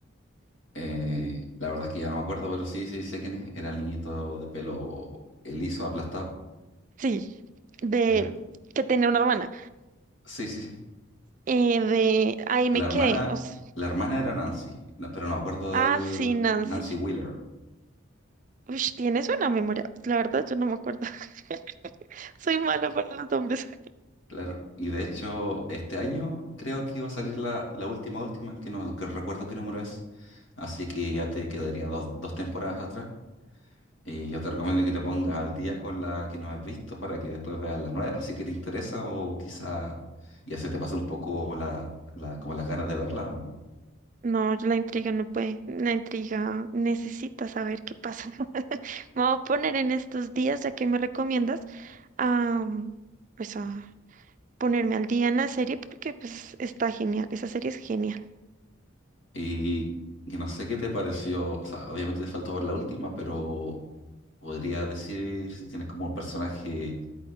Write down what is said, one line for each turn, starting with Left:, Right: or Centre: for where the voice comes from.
Left: Eh, la verdad es que ya no me acuerdo, pero sí, sí, sé quién es. Era el niñito de pelo eh, liso, aplastado.
Right: Sí, de
Left: <laughs> Ajá.
Right: él, que tenía una hermana.
Left: Sí, sí, sí.
Right: Eh, de ahí me
Left: La hermana,
Right: quedé. O sea,
Left: la hermana era Nancy, no- pero no me acuerdo
Right: ah,
Left: del
Right: sí, Nancy.
Left: Nancy Wheeler.
Right: Uy, tienes una memoria. La verdad, yo no me acuerdo. <laughs> Soy mala para los nombres.
Left: Claro, y de hecho este año creo que iba a salir la, la última, última, que no que recuerdo qué número es, así que ya te quedaría dos, dos temporadas atrás. Y yo te recomiendo que te pongas al día con la que no has visto para que después veas la nueva, si que te interesa o quizá ya se te pase un poco la, la, como las ganas de verla o no.
Right: No, la intriga no puede. La intriga necesita saber qué pasa. <laughs> Me voy a poner en estos días, ya que me recomiendas, a, pues a ponerme al día en la serie porque pues está genial. Esa serie es genial.
Left: Y, y no sé qué te pareció, o sea, obviamente te faltó ver la última, pero podría decir si tienes como un personaje